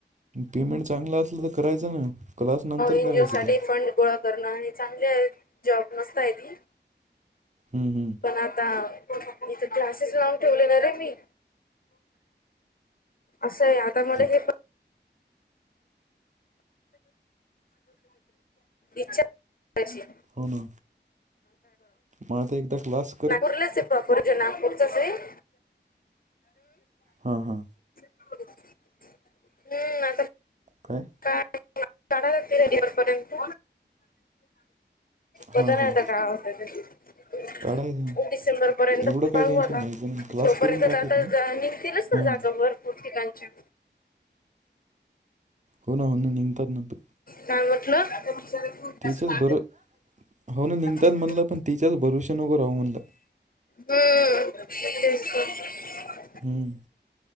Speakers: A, on the right (about 40°); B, on the left (about 50°).
A: पेमेंट चांगला असल तर करायचं ना. क्लास नंतर
B: एन
A: करायची
B: जीओ साठी
A: ते
B: फंड गोळा करणं आणि चांगले जॉब मस्त आहे ती
A: हम्म, हम्.
B: पण आता, ईथ क्लासेस लावून ठेवले ना रे मी. असं आहे आता मला
A: तू-
B: हे. इच्छाच करायचीऽ
A: होना, म ते एकदा कलास
B: नागपूरलाच ए,, प्रॉपर ज नागपूरचाच एहम.
A: हा, हा.
B: हम्म, आता
A: काकय
B: का,? काडल ते रेडीवर पर्यंत होता
A: हां
B: नाही
A: हां
B: आता काय होतय ते, एक
A: काढायचं
B: डिसेंबर पर्यंत
A: एवढं
B: पाहू
A: काही टेन्शन
B: आता.
A: घ्यायचं नाही क्लास
B: तोपर्यंत
A: करून टाक
B: तर आता
A: एक ना
B: निघतीलच
A: हां
B: ना जागा भरपूर ठिकाणच्या.
A: हो ना, हो ना निघंतात नंप
B: काय म्हटलं? म शर खू जास्त
A: त्याच्याच
B: ला
A: भरो हो ना निघतात
B: ले,
A: म्हणलं पण त्याच्याच भरोशा नको राहू म्हणलं
B: हम्म. तेचग,
A: हम्म,,